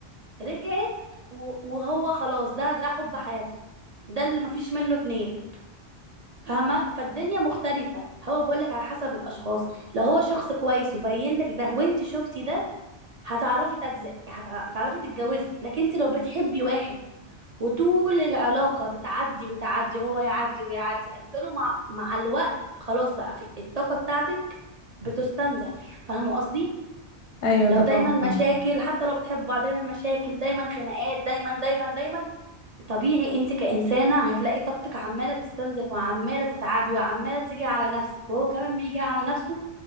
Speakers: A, on the right; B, on the left.
A: رجعت و- وهو خلاص ده ده حب حياتها ده اللي مفيش منه اتنين فاهمه فالدنيا مختلفه هو بقولك على حسب الاشخاص لو هو شخص كويس وبين لك ده وانت شفتي ده هتعرفي تتزقي هتع- هتعرفي تتجوزي لكن انت لو بتحبي واحد وطول العلاقه بتعدي بتعدي هو يعدي ويعدي هتفضلوا مع مع الوقت خلاص بقى في الطاقه بتاعتك بتستنزف فاهمه قصدي
B: ايوه
A: لو
B: طبعا
A: دايما مشاكل
B: فاهمة.
A: حتى لو بتحبوا بعض دايما مشاكل دايما خناقات دايما دايما دايما طبيعي انت كإنسانة هتلاقي طاقتك عمالة تستنزف وعمالة تتعبي وعمالة تيجي على نفسك وهو كمان بيجي على نفسه